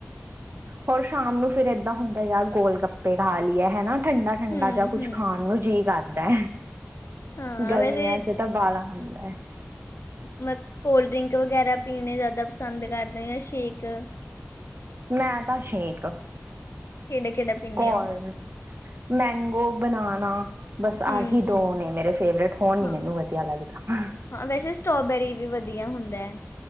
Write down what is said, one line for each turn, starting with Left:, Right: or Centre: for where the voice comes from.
Right: ਹੋਰ ਸ਼ਾਮ ਨੂੰ ਫਿਰ ਏਦਾਂ ਹੁੰਦਾ ਯਾਰ ਗੋਲ ਗੱਪੇ ਖਾ ਲਈਏ ਹੈਨਾ ਠੰਡਾ
Left: ਹੂੰ,
Right: ਠੰਡਾ ਜਾਂ ਕੁਛ
Left: ਹੂੰ।
Right: ਖਾਣ ਨੂੰ ਜੀਅ ਕਰਦਾ।
Left: ਹਾਂ,
Right: ਗਰਮੀਆਂ
Left: ਵੈਸੇ
Right: 'ਚ ਐ ਤਾਂ ਬਾਲਾ ਖਾਂਦਾ ਹੈ।
Left: ਮ ਕੋਲਡ ਡਰਿੰਕ ਵਗੈਰਾ ਪੀਣੇ ਜ਼ਿਆਦਾ ਪਸੰਦ ਕਰਦੇ ਹੋ ਜਾਂ ਸ਼ੇਕ
Right: ਮੈਂ ਤਾਂ ਸ਼ੇਕ
Left: ਕਿਹੜਾ-ਕਿਹੜਾ ਪੀਂਦੇ
Right: ਕੌਲ
Left: ਹੋ?
Right: ਮੈਂਗੋ ਬਣਾਨਾ ਬਸ
Left: ਹੂੰ,
Right: ਆਹੀਂ
Left: ਹੂੰ
Right: ਦੋਂ ਨੇ ਮੇਰੇ ਫੇਵਰੇਂਟ ਹੋਰ ਨੀਂ
Left: ਹਾਂ,
Right: ਮੈਨੂੰ ਅਛ ਵਧੀਆ ਲੱਗਦਾ ਵਾ
Left: ਹਾਂ ਵੈਸੇ ਸਟ੍ਰੋਬੇਰੀ ਵੀ ਵਧੀਆ ਹੁੰਦਾ ਐ